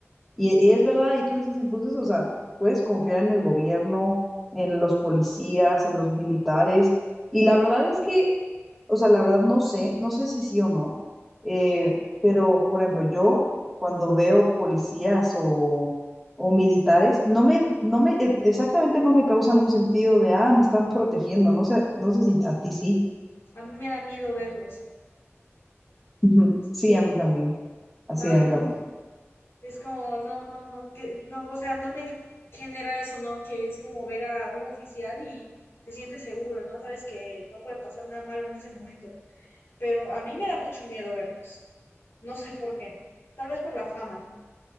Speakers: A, in the centre; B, on the left.
A: y, y es verdad, y tú dices entonces, o sea, puedes confiar en el gobierno, en los policías, en los militares. Y la verdad es que, o sea, la verdad no sé, no sé si sí o no, eh, pero por ejemplo, yo cuando veo policías o, o militares, no me, no me, e- exactamente no me causan un sentido de, ah, me están protegiendo, no sé, no sé si a ti sí.
B: A mí me da miedo verlos.
A: <laughs> Ujú. Sí,
B: Sí,
A: a mí también. Así,
B: ay
A: a mí
B: no,
A: también.
B: es como, no, no, no, que no, o sea, no me genera eso, ¿no? Que es como ver a un oficial y te sientes seguro, ¿no? Sabes que no puede pasar nada malo en ese momento, pero a mí me da mucho miedo verlos, no sé por qué, tal vez por la fama.